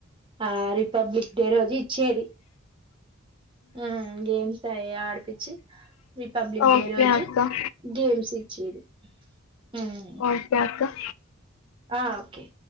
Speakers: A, on the right; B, on the left.
A: ఆ రిపబ్లిక్ డే రోజు ఇచ్చేది మ్ గేమ్ సయ పిచ్చి రిపబ్లిక్
B: ఓకే
A: డే రోజు
B: అక్క
A: గేమ్స్ ఇచ్చేది మ్
B: ఓకే అక్క
A: ఆ ఓకే